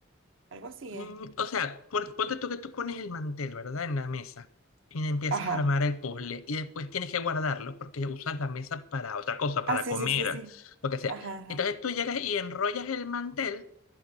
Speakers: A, on the right; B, on the left.
A: Algo así
B: Mm,
A: es.
B: o sea, pon- ponte tú que tú pones el mantel, ¿verdad? En la mesa y empiezas
A: Ajá.
B: a armar el puzzle y después tienes que guardarlo porque usas la mesa para otra cosa, para
A: Ah, sí,
B: comer,
A: sí, sí, sí.
B: lo que sea.
A: Ajá, ajá.
B: Entonces tú llegas y enrollas el mantel.